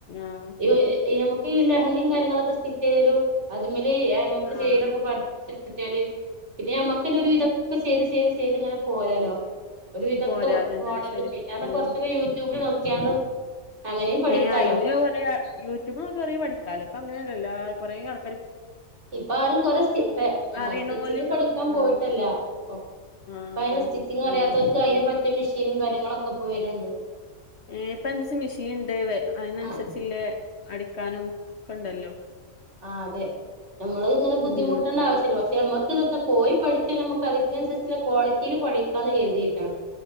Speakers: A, on the left (about 55°); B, on the right (about 55°).
A: ആഹ്
B: ന <unintelligible> ഈ ലെഹങ്കയും കാര്യങ്ങളൊക്കെ സ്റ്റിച്ച് ചെയ്തലും അതി മേല ഈ ആനിേഴ
A: ആഹ്
B: ചെയ്തലൊക്കെ പഠ് മറ്റ പിന്നെ അമ്മക്കന ഒരു ഇതൊക്കെ ചെയ്ത് ചെയ്ത് ചെയ്ത് ഇങ്ങനെ പോരാലോ ഒരുവിധൊക്കെ
A: പോരാ അതന്നെ
B: മോഡല
A: ശരി
B: പിന്നെന്ന
A: ഉം
B: കൊറച്ചൊക്കെ യൂട്യൂബിൽ നോക്കിയാണ്ട് അങ്ങനെയും പഠിക്കാലോ
A: ഏഹ അയി കൊറ യൂട്യൂബ് നൊക്കെ പറയാ പഠിക്കാലോ അപ്പൊ അങ്ങനെയല്ല കുറേ ആൾ
B: ഇപ്പ ആരും കൊറെ് സ്റ്റിച്ചിങ്
A: അറിയണോല്
B: പഠിക്കാൻ
A: ആഹ്
B: പോയിട്ടല്ല ഇപ്പ
A: ആഹ്
B: അതിന്
A: അതാ
B: സ്റ്റിച്ചിങ് അറിയാത്തവർക്ക്
A: ഉം
B: അതിനന് പറ്റിയ മെഷീനും കാര്യങ്ങളും ഒക്കെ ഇപ്പോ വരുണ്ടുണ്ട്
A: ഏ ഇപ്പ എന്താച്ചാ മെഷീൻ ഉണ്ട് അതിനനുസരിച്ചില്ലേ
B: ആഹ്
A: അടിക്കാനോ ഒക്കെ ഇണ്ടല്ലോ
B: ആ അതെ നമ്മള് ഇങ്ങനെ ബുദ്ധിമുട്ടേണ്ട
A: ഉം
B: ആവശ്യമില്ല പക്ഷെ നമ്മക്ക് ഇതൊ പോയി പഠിച്ചാ നമുക്ക്തി എ എൻ എസിലെ കോളിറ്റിയിലെ പഠിക്കാന്ന് കരുതിയിട്ടാണ്